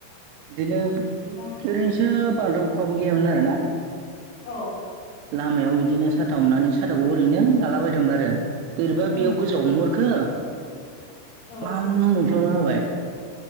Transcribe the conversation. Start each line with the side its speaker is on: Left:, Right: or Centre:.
Right: बिदिनो
Left: ओमफ्राय
Right: ओरैनोसो बारदाव अखाबो गैयामोन आर ना
Left: औ
Right: लामायाव इदिनो साथा हमनानै साथाखौ ओरैनो लाला बायदोंमोन आरो बोरैबा
Left: उम
Right: बेयाव गोजाव हमहरखो
Left: औ
Right: फ्लाम मोफ्लामना होबाय